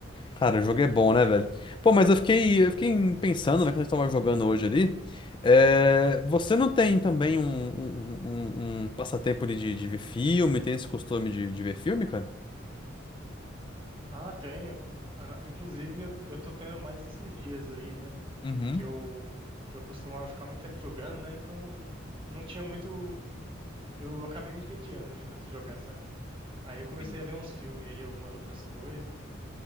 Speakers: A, on the left; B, on the right.
A: Cara, o jogo é bom, né, velho? Pô, mas eu fiquei,
B: Beleza.
A: eu fiquei pensando, né, quando a gente tava jogando hoje ali. é,
B: Hum.
A: você não tem também um, um, um- um um passatempo de, de de ver filme? Tem esse costume de, de ver filme, cara?
B: Ah, tenho. Ah, na- Inclusive, eu, t- eu tô tendo mais esses dias aí, né?
A: Uhum.
B: Que eu, eu costumava ficar muito tempo jogando, né? Então, não tinha muito. Eu acabei me entediando de tanto jogar, sabe? Aí eu comecei
A: Sim.
B: a ver uns filmes aí, algumas outras coisas.